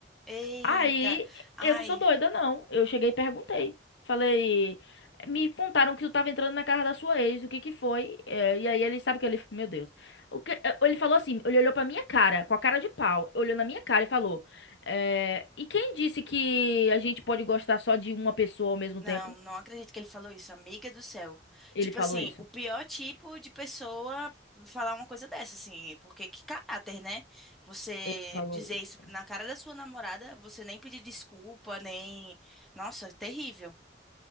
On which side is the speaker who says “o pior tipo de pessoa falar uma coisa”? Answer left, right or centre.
Centre